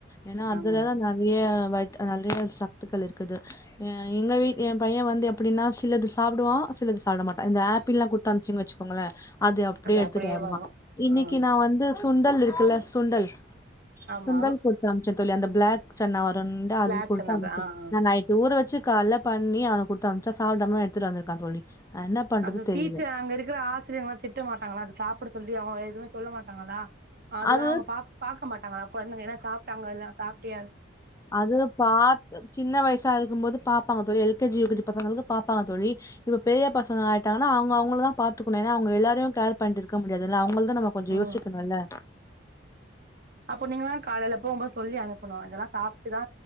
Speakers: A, on the left; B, on the right.
A: ஏன்னா அதுலதா
B: ஆமா
A: நெறைய பட் நெறைய சத்துக்கள் இருக்குது எங்க வீ எ பைய வந்து எப்படின்னா சிலது சாப்பிடுவா சிலது சாப்பிட மாட்டா இந்த ஆப் ஆப்பிள்ளா குடுத்து அனுப்சேனு வச்சுக்கோங்களே அது அப்படியே எடுத்துட்டு
B: அப்டியே
A: வருவா
B: வரு
A: இன்னைக்கு
B: ஆ
A: நா வந்து சுண்டல் இருக் துல சுண்டல்
B: ஆமா
A: சுண்டல் கொடுத்து அனு அனுப்ச்சந் தோளி அந்த பிளாக் சென்னா வருன்டு அது
B: பிளாக்
A: கொடுத்து
B: சன்னா
A: அனுப்பிச
B: ஆ ஆ
A: நா நைட்டு ஊர வச்சு கால்ல பண்ணி அவன கொடுத்த அனுச்சா சாப்பிடாம எடுத்துட்டு வந்திருக்கா தோழி என்ன பண்றது
B: அது
A: தெரியல.
B: டீச்சர் அங்க இருக்கிற ஆசிரியர்ங்கலா திட்ட மாட்டாங்களா அத சாப்பிட சொல்லி அவ எதுவுமே சொல்ல மாட்டாங்களா அதெல்லா
A: அது
B: அவங்க பா பாக்க மாட்டாங்களா கொழந்தங்க என்ன டாங்க எல்லா சாப்பிட்டு
A: அதெல்லா பாத் சின்ன வயசா இருக்கும்போது பாப்பாங்க தோழி L K G U K G பசங்களுக்கு பாப்பாங்க தோழி இப் பெரிய பசங்களா ஆயிட்டாங்கனா அவங்க அவங்களதா பாத்துகனு ஏனா ஆனா அவங்க எல்லாரையு கேர் பண்ணிட்டு இருக்கா முடியாதுல்லா <unintelligible> நம்ம கொஞ்சம்
B: ம்
A: யோசிக்கணுல்ல
B: இப்ப நீங்க தான் காலையில போ ரொம்ப சொல்லி அனுப்பணும் இதெல்லாம் சாப்பிட்டுதா